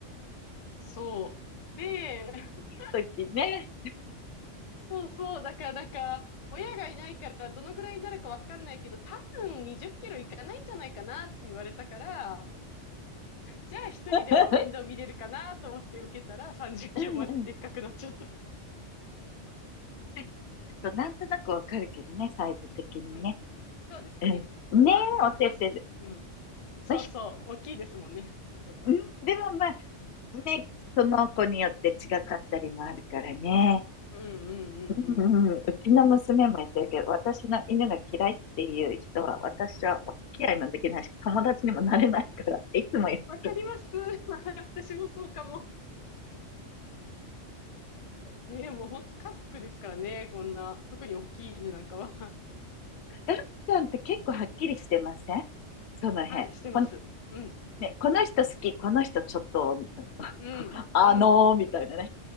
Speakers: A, on the left; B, on the left.
A: そう。で、<laughs>
B: あ時ね。
A: そうそう。だからなんか、親がいないからどのくらいになるかわかんないけど、多分20キロいかないんじゃないかなって言われたから、じゃあ一人でも面倒見れるかなと思って受けたら30キロまででっかくなっちゃった。
B: <laughs> うんうん。ちてっとなんとなくわかるけどね、サイズ的にね。
A: うん。そうですね。
B: う
A: でも、
B: ん。ねえ、
A: あ、ね、
B: おててで、
A: 汗。うん。そうそう。
B: まあ、ひ
A: 大きいですもんね。
B: うん、でもまあ、ね、その子によって違かったりもあるからね。
A: うんうんうんうん。
B: うんうん、うちの娘も言ってるけど、私の犬が嫌いっていう人は、私はお付き合いもできないし、友達にもなれないからっていつも言ってる。
A: わかります。<laughs> 私もそうかも。ねえ、もう本当家族ですからね、こんな、特に大きい犬なんかは。<laughs>
B: ダッちゃんって結構はっきりしてませんその辺。
A: はい、してます。
B: この、
A: うん、
B: ね、この人好き、この人ちょっと、<laughs>
A: うん、
B: あのー、
A: うん。
B: みたいなね。